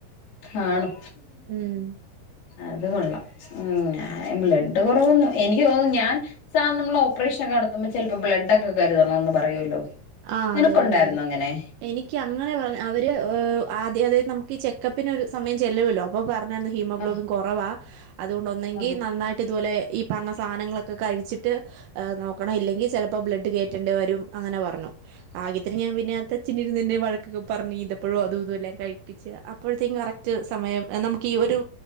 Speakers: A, on the left; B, on the right.
A: അണോ
B: ഉം
A: അത് കൊള്ളാം ഉം ഞ ആഹ് ബ്ലഡ് കുറവൊന്നു എനിക്ക് തോന്നുന്നു ഞാൻ സാ നമ്മൾ ഓപ്പറേഷനൊക്കെ നടത്തുമ്പോൾ ചിലപ്പോ ബ്ലഡ് ഒക്കെ കരുതണ എന്ന് പറയുല്ലോ
B: ആഹ്
A: നിനക്കുണ്ടായിരുന്നു
B: അതെ അതെ അതെ
A: അങ്ങനെ
B: എനിക്ക് അങ്ങനെ പറ അവര് ആദ്യം അതായത് നമക്ക് ഈ ചെക്കപ്പിന് ഒരു സമയം ചെല്ലൂല്ലോ അപ്പൊ പറഞ്ഞരുന്നു ഹീമോഗ്ലോബിൻ
A: ആഹ്
B: കുറവാ അതുകൊണ്ട്ന്നെങ്കിൽ
A: ആഹ്
B: നന്നായിട്ട് ഇതുപലെ ഈ പറഞ്ഞ സാധനങ്ങള ഒക്കെ കഴിച്ചിട്ട് നോക്കണം ഇല്ലെങ്കി ചിലപ്പോ ബ്ലഡ് കേറ്റേണ്ടി വരും അങ്ങനെ പറഞ്ഞു ആഗ്യത്തിന് ഞാൻ പിന്നെ അത്തച്ഛിന ഇരുന്ന് വ പറഞ്ഞ് ഇതപ്പഴും അതും ഇതുമ എല്ലാം കഴിപ്പിച്ച് അപ്പോഴത്തേക്കും കറക്റ്റ് സമയം നമക്ക് ഈ ഒരു